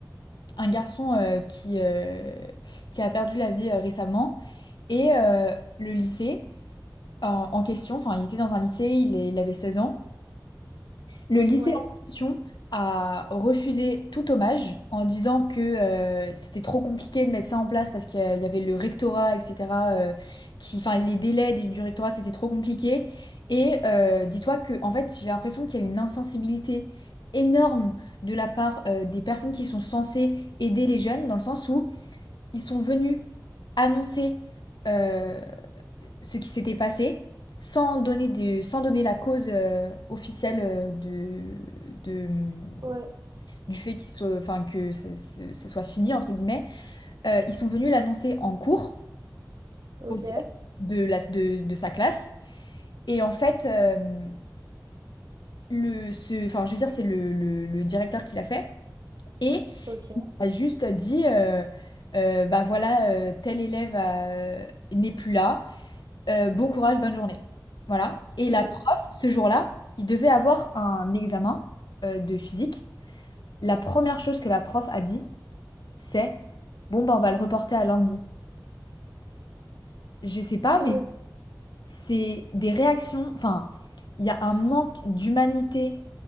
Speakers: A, on the left; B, on the right.
A: un garçon euh, qui, euh, qui a perdu la vie euh, récemment et euh, le lycée en, en question, enfin, il était dans un lycée, il, est- il avait 16 ans. Le lycée
B: Ouais,
A: en question a refusé tout hommage en disant que euh, c'était trop compliqué de mettre ça en place parce qu'il y a- il y avait le rectorat, etc. euh, qui, enfin, les délais du du rectorat, c'était trop compliqué. Et euh, dis-toi que, en fait, j'ai l'impression qu'il y a une insensibilité énorme de la part euh, des personnes qui sont censées aider les jeunes, dans le sens où ils sont venus annoncer. euh, ce qui s'était passé sans donner, des- sans donner la cause euh, officielle euh, de, de, mm,
B: ouais,
A: du fait qu'il soit, enfin, que ce, ce- ce soit fini, entre guillemets. Euh, ils sont venus l'annoncer en cours
B: ok,
A: au directeur de, la, de, de sa classe. Et en fait, euh, le, ce, enfin, je veux dire, c'est le, le, le directeur qui l'a fait. Et
B: ok.
A: il a juste dit, euh, euh, bah voilà, euh, tel élève a- n'est plus là. Euh, bon courage, bonne journée. Voilà. Et la
B: Non.
A: prof, ce jour-là, il devait avoir un examen euh, de physique. La première chose que la prof a dit, c'est, bon, ben, on va le reporter à lundi. Je sais pas,
B: Ah
A: mais
B: oui,
A: c'est des réactions, enfin, il y a un manque d'humanité,